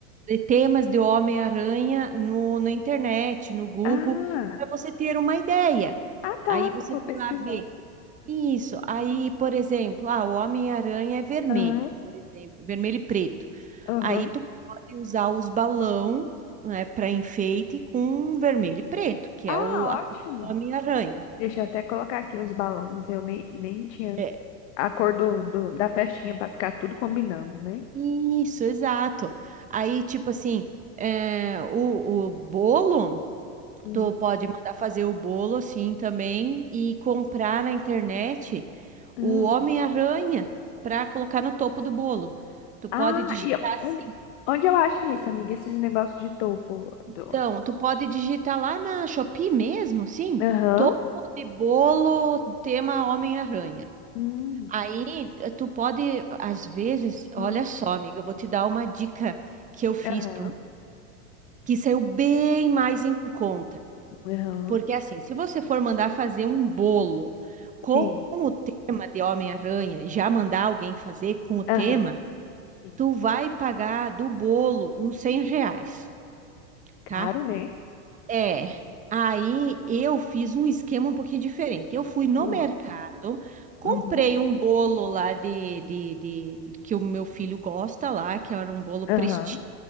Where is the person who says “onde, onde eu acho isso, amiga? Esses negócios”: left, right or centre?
Left